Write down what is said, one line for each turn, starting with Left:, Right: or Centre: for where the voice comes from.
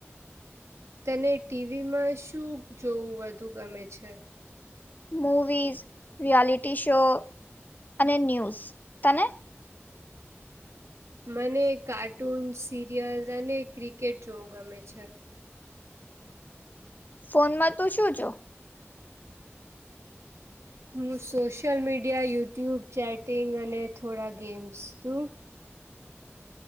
Right: તને ટીવીમાં શું જોવું વધુ ગમે છે.
Left: મૂવીઝ રિયાલિટી શો અને ન્યૂઝ તને.
Right: મને કાર્ટૂન સિરિયલ અને ક્રિકેટ જોવું ગમે છે.
Left: ફોનમાં તું શું છો.
Right: હું સોશિ્યયલ મીડિયા યુટ્યુબ ચેટિંગ અને થોડા ગેમ્સ તું.